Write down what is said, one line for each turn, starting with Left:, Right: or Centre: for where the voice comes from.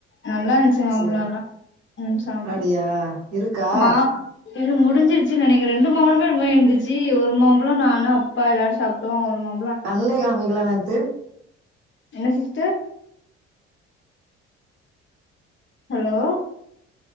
Left: நல்லா இன்ச்சு மாம்பலம்ல்லாம்
Right: சேரி
Left: உம் சாப்ட்டோ
Right: அப்டியா இருக்கா
Left: மா இது முடிஞ்சிருச்சுனு நெனகிர ரெண்டு மாம்பழமே ரம இருந்துச்சு ஒரு மாம்பழம் நானும் அப்பா எல்லாரு சாப்பிட்டோம் ஒரு மாம்பம்
Right: கண்ணலே காமிக்கலா நேத்து
Left: என்ன சிஸ்டர் ஹலோ